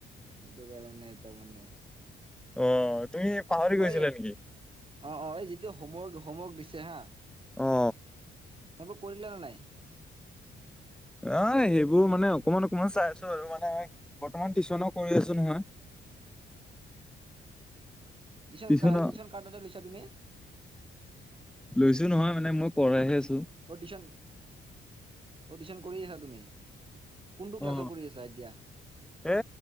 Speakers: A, on the right; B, in the centre.
A: এইটো কাৰণে তাৰমানে।
B: অ', তুমি পাহৰি
A: ঐ
B: গৈছিলা নেকি?
A: অ', অ'। এই যিটো হোমৱৰ্ক, হোমৱৰ্ক দিছে হা।
B: অ
A: সেইবোৰ কৰিলানে নাই?
B: অ', সেইবোৰ মানে অকমান, অকমান চাই আছো আৰু মানে বৰ্তমান টিউশ্যনও কৰি আছো নহয়।
A: টিউচন
B: তিচনো
A: কা টিউচন কাৰ তাতে লৈছা তুমি
B: লৈছো নহয়, মানে মই কৰাইহে আছোঁ।
A: অ', টিশ্যন, অ', টিশ্যন কৰি আছা তুমি? কোনটো ক্লাছৰ
B: অ
A: কৰি আছা এতিয়া?
B: এ